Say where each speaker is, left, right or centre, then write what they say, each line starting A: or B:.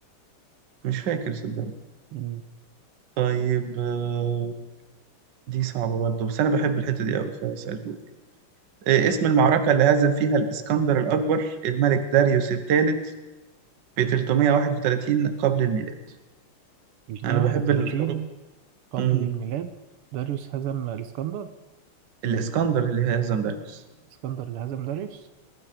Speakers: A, on the right; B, on the right.
A: مش فاكر صدقني
B: مم.
A: طيب آه، دي صعبة برضه بس أنا بحب الحتة دي أوي فأسألهولك إيه اسم المعركة اللي هزم فيها الإسكندر الأكبر الملك داريوس الثالث ب 331 قبل الميلاد
B: 331
A: أنا بحب الحروب
B: قبل
A: مم.
B: الميلاد داريوس هزم الاسكندر
A: الإسكندر اللي هزم داريوس
B: الاسكندر اللي هزم داريوس